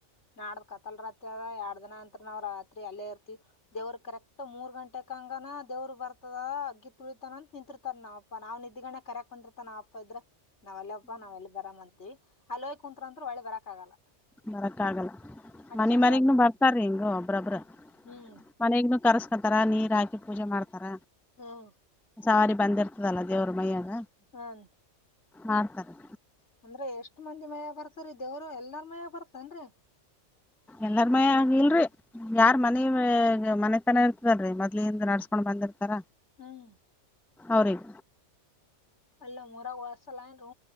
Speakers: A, on the left (about 65°); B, in the centre.
A: ನಾಡ್ದ ಕತ್ತಲ್ ರಾತ್ ಅದ ಎರಡ್ ದಿನ ಅಂತ್ರ್ ನಾವ್ ರಾತ್ರಿ ಅಲ್ಲೇ ಇರ್ತಿವ್ ದೇವ್ರ್ ಕರೆಕ್ಟ್ ಮೂರ್ ಗಂಟೆ ಕಂಗನ ದೇವ್ರ್ ಬರ್ತದ ಅಗ್ಗಿ ತುಳಿತನಂತ್ ನಿಂತಿರ್ತರ್ ನಾವ್ ಕ್ ನಾವ್ ನಿದ್ದಿಗಣ್ಗ್ ಕರಯಕ್ ಕುಂದಿರ್ತಾನ್ ನಾಬ್ ಪೆದ್ರ್ ನಾವ್ಲ್ಲಪ್ಪಾ <unintelligible> ನಾವ್ ಲ್ಲಿ ಬರಮ್ ಅಂತೀವಿ ಅಲ್ಲೋಯ್ ಕುಂತ್ರ್ ಅಂತ್ರ್ ಒಳಿ ಬರಕ್ ಆಗಲ್ಲ
B: ಬರಕ್ ಆಗಲ್ಲ
A: ಅಷ್ಟ್
B: ಮನಿ
A: ಚಂದ
B: ಮನಿಗ್ನು
A: ಹೇಳ್ತಾರ
B: ಬರ್ತಾರೀ ಹಿಂಗ ಒಬ್ರಬ್ರ್
A: ಹ್ಮ್
B: ಮನೆಗ್ನು ಕರ್ಸಕತರ ನೀರ್ ಹಾಕಿ ಪೂಜೆ ಮಾಡ್ತಾರ
A: ಹಾಂ
B: ಸವಾರಿ ಬಂದಿರ್ತದಲ ದೇವ್ರ್ ಮೈಯಾಗ
A: ಹ್ಮ್
B: ಮಾಡ್ತಾರೆ
A: ಅಂದ್ರೆ ಎಷ್ಟ್ ಮಂದಿ ಮಯ ಬರ್ತರ್ರೀ ದೇವ್ರ್ ಎಲ್ಲಾರ ಮಯ ಬರ್ತೇನ್ರಿ
B: ಎಲ್ಲಾರ್ ಮಯ್ಯ ಆಗ್ ಇಲ್ರಿ ಯಾರ್ ಮನಿ ಮನೆತನ ಇರ್ತದಲ್ರಿ ಮೊದ್ಲಿಂದ ನಡ್ಸ್ಕೊಂಡ್ ಬಂದಿರ್ತರ
A: ಹ್ಮ್
B: ಹೌ ಅವರಿಗೆ
A: ಅಲ್ಲ ಮೂರಾಗ್ ವಸ್ಸಲ ನ್